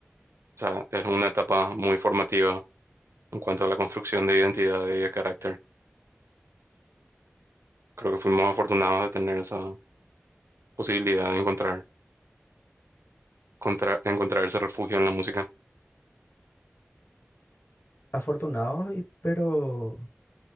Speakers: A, on the right; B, on the left.
A: sea, es una etapa muy formativa en cuanto a la construcción de identidad y de carácter. Creo que fuimos afortunados de tener esa posibilidad de encontrar, contra- encontrar ese refugio en la música.
B: Afortunado, y- pero